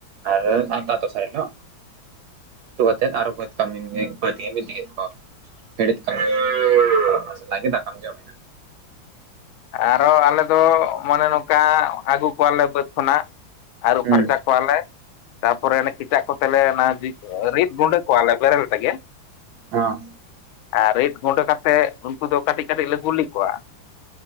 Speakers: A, on the right; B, on the left.
A: ᱟᱨ ᱛᱟᱨ ᱫᱚᱥᱟᱨ ᱦᱤᱞᱳᱜᱼᱼ ᱩᱛᱩ ᱟᱛᱮᱫ ᱟᱨ ᱵᱟᱹᱛ ᱠᱟᱹᱢᱤᱢ ᱵᱟᱹᱫᱽ ᱮᱢ ᱤᱫᱤᱭᱮᱜ ᱠᱚᱣᱟ᱾ ᱦᱮᱲᱮᱛ ᱠᱟᱢᱤ ᱚᱱᱟ ᱥᱟᱞᱟᱜ ᱜᱮ ᱫᱟᱠᱟᱢ ᱡᱚᱢᱮᱜᱼᱟ᱾
B: ᱟᱨᱚ ᱟᱞᱮ ᱫᱚ ᱢᱟᱱᱮ ᱱᱚᱝᱠᱟᱻᱜ ᱟᱜᱩ ᱠᱚᱣᱟᱞᱮ ᱵᱟᱹᱫᱽ ᱠᱷᱚᱱᱟᱜ ᱟᱨᱩᱵ
A: ᱦᱩᱸ
B: ᱯᱷᱟᱨᱪᱟ ᱠᱚᱣᱟᱞᱮ, ᱛᱟᱯᱚᱨᱮ ᱠᱮᱪᱟᱜ ᱠᱚᱛᱮᱞᱮ ᱚᱱᱟ ᱨᱤᱫ ᱜᱩᱸᱰᱟᱹ ᱠᱚᱣᱟᱞᱮ ᱵᱮᱨᱮᱞ ᱛᱮᱜᱮ᱾
A: ᱦᱚᱸ᱾
B: ᱟᱨ ᱨᱤᱫ ᱜᱩᱰᱟᱹ ᱠᱟᱛᱮᱜ ᱩᱱᱠᱩ ᱫᱚ ᱠᱟᱹᱴᱤᱡ ᱠᱟᱹᱴᱤᱡ ᱞᱮ ᱜᱩᱞᱤ ᱠᱚᱣᱟ᱾